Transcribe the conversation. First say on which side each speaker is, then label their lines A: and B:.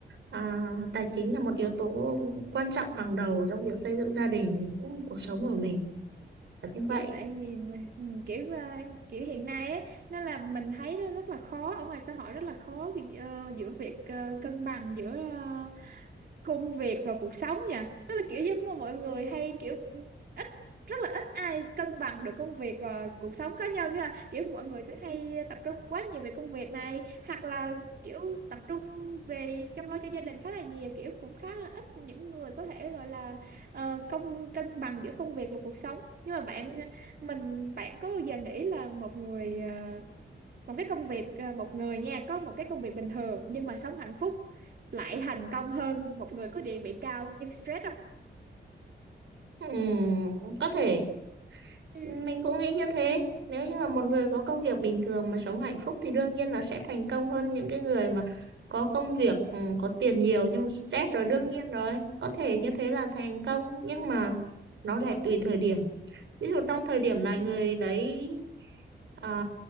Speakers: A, on the right; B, on the right.
A: à, tài chính là một yếu tố quan trọng hàng đầu trong việc xây dựng gia đình, cũng cuộc sống của mình là như vậy.
B: Kiểu tại vì mà, ừ, kiểu ờ, kiểu hiện nay ấy, nó là mình thấy nó rất là khó ở ngoài xã hội rất là khó ờ, giữa việc ờ, cân bằng giữa ờ, công việc và cuộc sống nha đó là kiểu giống mà mọi người hay kiểu ít rất là ít ai cân bằng được công việc và cuộc sống cá nhân ha kiểu mọi người sẽ hay tập trung quá nhiều về công việc này hoặc là kiểu tập trung về chăm lo cho gia đình khá là nhiều kiểu cũng khá là ít những người có thể gọi là ờ, công cân bằng giữa công việc và cuộc sống nhưng mà bạn ờ, mình bạn có bao giờ nghĩ là một người ờ, một cái công việc ờ, một người nha có một cái công việc bình thường nhưng mà sống hạnh phúc lại thành công hơn một người có địa vị cao nhưng stress không
A: Ừm, có thể
B: ừ
A: mình cũng nghĩ như thế. Nếu như mà một người có công việc bình thường mà sống hạnh phúc thì đương nhiên là sẽ thành công hơn những cái người mà có công việc ừ, có tiền nhiều nhưng mà stress rồi
B: ừ
A: đương nhiên rồi. Có thể như thế là thành công nhưng mà nó lại tùy thời điểm. Ví dụ trong thời điểm này
B: ừ
A: người đấy Ờ,